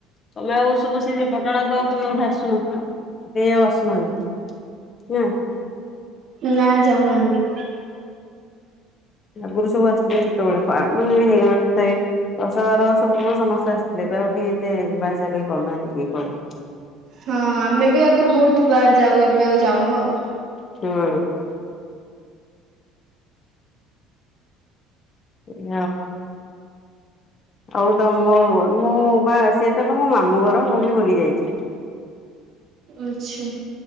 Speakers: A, on the left; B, on the right.
A: ତମେ ଆଉ ସବୁ ସେ ଯୋଉ ପଟଣାକୁୁ ଆଉ। ବୋଧେ ଆସୁନ ଆଉ କେହି ଆଉ ଆସୁନାହାନ୍ତି ନା?
B: ନା ଯାଉ ନାହାନ୍ତି।
A: ଆଗୁର୍ ସବୁ ଆସୁଥିଲେ ସେତେବେଳେ ଗାଁ କୁ ଆଉ ମାନେ ହେଇଗଲାଣି ତଥାପି। ଦଶ ବାର ବର୍ଷ ପୂର୍ବରୁ ସମସ୍ତେ ଆସିଥିଲେ ଏବେ ଆଉ କେହି ଏତେ ଯିବା ଆସିବା କେହି କରୁନାହାନ୍ତି କେହି କଣ?
B: ହଁ ଆମେ ବି ଆଗରୁ ବୋ ବାର ଯାଉ ଏବେ ଆଉ ଯାଉନୁ ଆଉ।
A: ହଁ। <unintelligible> ଆଉ ତମ୍ ଘର୍ ରେ ମୁଁ ବା ସେଟା ତ ମୋ ମାମୁଁ ଘର ମୁଁ ବି ବୁଲି ଯାଇଚି।
B: ଆଚ୍ଛା